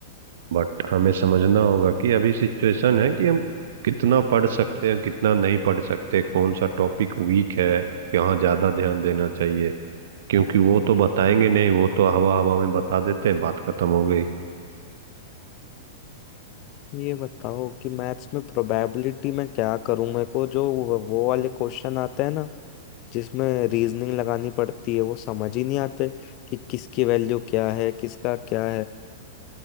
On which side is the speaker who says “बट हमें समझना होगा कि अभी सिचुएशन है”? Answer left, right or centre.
Right